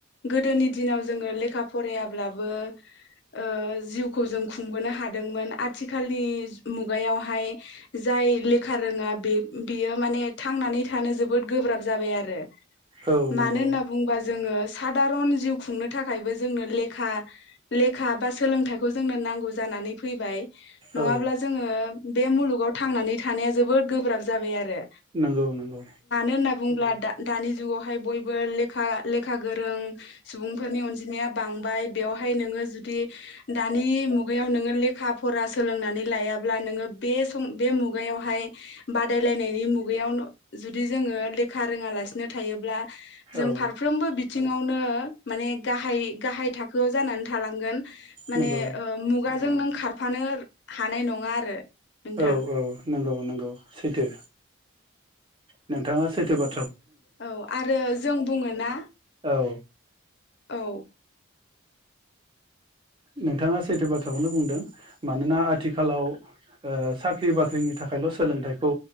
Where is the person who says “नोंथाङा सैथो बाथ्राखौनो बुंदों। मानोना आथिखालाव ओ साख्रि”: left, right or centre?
Right